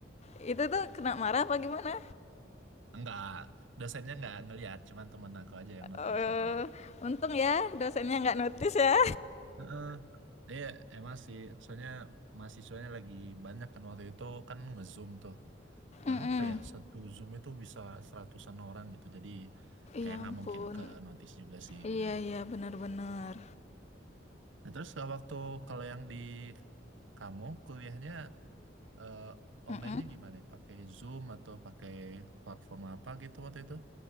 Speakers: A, on the left; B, on the right.
A: Itu tuh kena marah apa gimana?
B: Enggak, dosennya enggak ngelihat, cuman teman aku aja yang notice
A: Eee,
B: gitu.
A: untung ya dosennya nggak notice ya.
B: Heeh. Iya, emang sih, soalnya mahasiswanya lagi banyak kan waktu itu kan nge-zoom tuh. Berapa
A: Mhm.
B: ya? Satu zoom itu bisa seratusan orang gitu. Jadi kayak
A: Ya
B: nggak
A: ampun.
B: mungkin ke notice juga sih
A: Iya
B: gitu.
A: iya, benar benar.
B: Nah, terus kalau waktu kalau yang di kamu kuliahnya eh, online-nya
A: Mhm.
B: gimana? Pakai Zoom atau pakai platform apa gitu waktu itu?